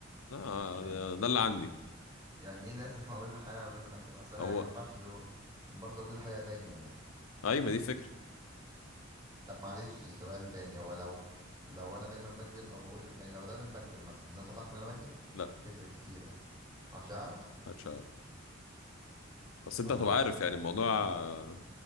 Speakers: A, on the left (about 80°); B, on the right (about 20°).
A: لا
B: يعني
A: ده ده اللي عندي
B: يعني ايه لازم <laughs> اقول الحقيقه ولازم اكذب اصل انا
A: هو
B: يعني ما ينفعش دلو- برضه اقول الحقيقه دايما يعني
A: ايوه ما دي فكره
B: طب معلش سؤال تاني هو لو لو انا دايما بكذب او بقول يعني لو دايما بكذب مثلا الناس هتعرف ان انا بكذب
A: لا
B: تفرق كتير يعني ما حدش يعرف
A: هتشعر بس انت
B: الله
A: هتبقى عارف يعني الموضوع آه،